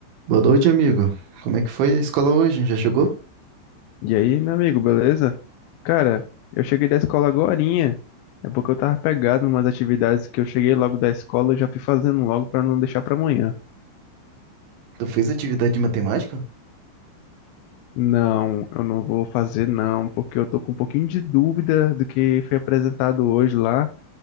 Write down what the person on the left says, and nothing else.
E aí, meu amigo, beleza? Cara, eu cheguei da escola agorinha. É porque eu tava pegado numas atividades que eu cheguei logo da escola, eu já fui fazendo logo pra não deixar pra amanhã.
Não, eu não vou fazer não, porque eu tô com um pouquinho de dúvida do que foi apresentado hoje lá.